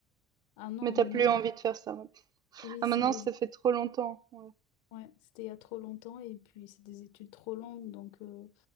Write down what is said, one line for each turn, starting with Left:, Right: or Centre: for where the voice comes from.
Left: Ah non,
Right: Mais t'as
Left: mais
Right: plus
Left: non, c'est-
Right: envie de faire ça. ouais.
Left: oui,
Right: Ah,
Left: c'est
Right: maintenant,
Left: des...
Right: ça fait trop longtemps. Ouais.
Left: ouais, c'était il y a trop longtemps et puis c'est des études trop longues, donc euh,